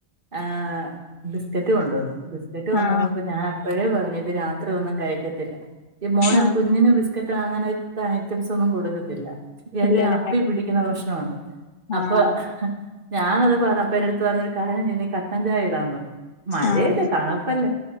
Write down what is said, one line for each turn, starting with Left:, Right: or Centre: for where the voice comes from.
Right: ആഹ് ബിസ്കറ്റ് കൊണ്ടുവന്നു ബിസ്ക്കറ്റ് കൊണ്ടുവന്നപ്പോ
Left: ആഹ്
Right: ഞാൻ അപ്പഴേ പറഞ്ഞു ഇത് രാത്രി ഒന്നും കഴിക്കത്തില്ല ഈ മോന്
Left: ആഹ്
Right: കുഞ്ഞിന് ബിസ്ക്കറ്റ് അങ്ങനത്തെ ഐറ്റംസ് ഒന്നും കൊടുക്കത്തില്ല ഇയാക്ക്
Left: ഇല്ലല്ലേ
Right: അപ്പി പിടിക്കുന്ന പ്രശ്നമുണ്ട് അപ്പൊ
Left: ആഹ്
Right: ഞാനത് പറഅപ്പൊ എന്റടുത്ത് പറഞ്ഞു ഒരു കാര്യം ചെയ്യ് നീ കട്ടഞ്ചായ ഇടാൻ പറഞ്ഞു മഴയല്ലേ
Left: ആഹ്
Right: തണുപ്പല്ലേ